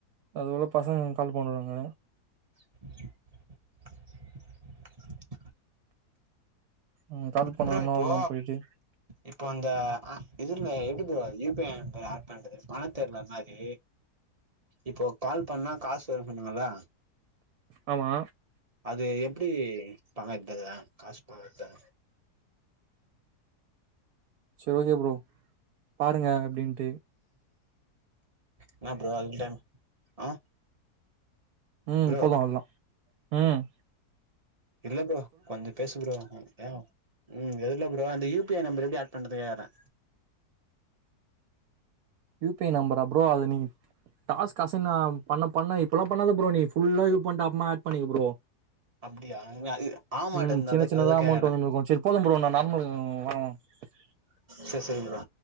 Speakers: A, on the right; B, on the right.
A: அது போல பசங்க கால் பண்ணறாங்க
B: <inaudible>
A: ம் கால் பண்ணாங்கன்னா
B: ப்ரோ இப்போ
A: அவ்ளதா போயிட்டு
B: இப்போ இந்த அ இதுல எப்டி bro U P I add பண்றது பண்ண தெர்ல அது மாதிரி இப்போ கால் பண்ணா காசு வருன்னாங்களா
A: ஆமா
B: அது எப்படி பங்கது தெர்ல காசு பாக்கது
A: சரி ஓகே ப்ரோ பாருங்க அப்டின்ட்டு
B: என்னா ப்ரோ அதுடைம் ஆ
A: ம்
B: ப்ரோ
A: போலா அவ்லோதா ம்
B: இல்ல ப்ரோ கொஞ்ச பேசு ப்ரோ டயம் ம் எதுல ப்ரோ அந்த யு பி ஐ நம்பர் எப்டி ஆட் பண்ணறது கேக்கறே
A: யூ பி ஐ நம்பரா அ ப்ரோ அது நீங் டாஸ்க் அசைன்னா பண்ண பண்ண இப்பெல்லா பண்ணாதா ப்ரோ நீ ஃபுல்லா இது பண்ணிட்டு அப்பறமா ஆட் பண்ணு ப்ரோ
B: அப்டியா ஆமா
A: ம்
B: டா இந்த
A: சின்ன
B: அதா
A: சின்னதா
B: அதுதா
A: அமௌண்ட்
B: கேக்குறே
A: வந்துனு இருக்கு சரிப்போதும் ப்ரோ நான் நார்மல் வரேன் <inaudible>
B: சச்சரி ப்ரோ